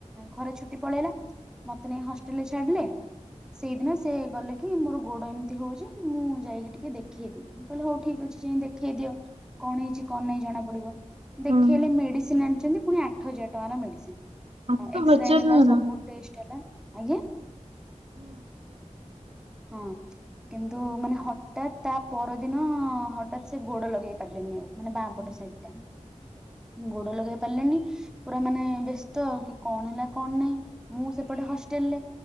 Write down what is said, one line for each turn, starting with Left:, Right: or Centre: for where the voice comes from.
Centre: ଖରା ଛୁଟି ପଳେଇଲା ମତେ ନେଇ ହଷ୍ଟେଲରେ ଛାଡିଲେ। ସେଇଦିନ ସେ ଗଲେ କି ମୋର ଗୋଡ ଏମିତି ହଉଛି ମୁଁ ଯାଇକି ଟିକେ ଦେଖେଇଦିଏ। ମୁଁ କହିଲି ହଉ ଠିକ ଅଛି ଯାଇକି ଦେଖେଇ ଦିଅ କଣ ହେଇଛି କଣ ନାହିଁ ଜଣା ପଡିବ।
Right: ହଁ
Centre: ଦେଖେଇଲେ ମେଡିସିନ୍ ଆଣିଚନ୍ତି ପୁଣି ଆଠ ହଜାର ଟଙ୍କାର ମେଡିସିନ୍।
Right: ହାଟ
Centre: ଏକ୍ସ୍ରେ
Right: ହଜାର
Centre: ହେଲା
Right: ଟଙ୍କା।
Centre: ସବୁ ଟେଷ୍ଟ୍ ହେଲା। ଆଜ୍ଞା <inaudible> ହଁ। କିନ୍ତୁ ମାନେ ହଠାତ୍ ତା ପରଦିନ ହଠାତ୍ ସେ ଗୋଡ ଲଗେଇ ପାରିଲେନି ଆଉ ମାନେ ବାଁପଟ ସାଇଡ୍ ଟା। ଗୋଡ ଲଗେଇ ପାରିଲିନି ପୁରା ମାନେ ବ୍ୟସ୍ତ ଆଉ କି କଣ ହେଲା କଣ ନାହିଁ। ମୁଁ ସେପଟେ ହଷ୍ଟେଲ୍ ରେ